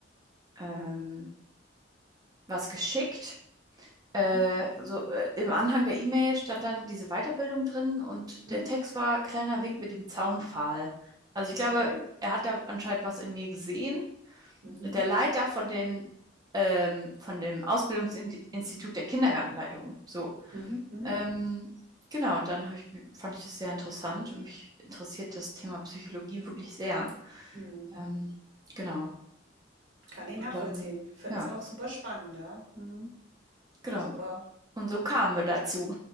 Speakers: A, on the right; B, on the right.
A: ähm, was geschickt. Äh,
B: Mhm.
A: so, äh, im Anhang der E-Mail stand dann diese Weiterbildung drin und
B: Mhm.
A: der Text war kleiner Wink mit dem Zaunpfahl. Also ich
B: Okay.
A: glaube, er hat da anscheinend was in mir gesehen.
B: Mhm.
A: Der Leiter von den, ähm, von dem Ausbildungsinstitut der Kindergartenleitung. So.
B: Mhm. Mhm.
A: Ähm, genau, und dann hab ich, mi- fand ich das sehr interessant und mich interessiert das Thema Psychologie wirklich sehr.
B: Mhm.
A: Ähm, genau.
B: Kann ich nachvollziehen.
A: Und dann,
B: Finde
A: ja,
B: es auch super spannend, ja. Mhm.
A: genau.
B: Super.
A: Und so kamen wir dazu.